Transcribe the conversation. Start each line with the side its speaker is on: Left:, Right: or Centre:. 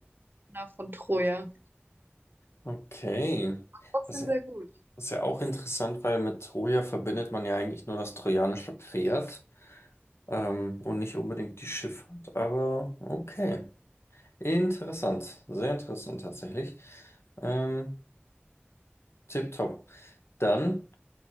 Right: Helena von Troja.
Left: Okay.
Right: Trotzdem
Left: Das ist
Right: sehr
Left: ja,
Right: gut.
Left: das ist ja auch interessant, weil mit Troja verbindet man ja eigentlich nur das trojanische Pferd, ähm, und nicht unbedingt die Schifffahrt, aber okay. Interessant. Sehr interessant tatsächlich. Ähm, tipptopp. Dann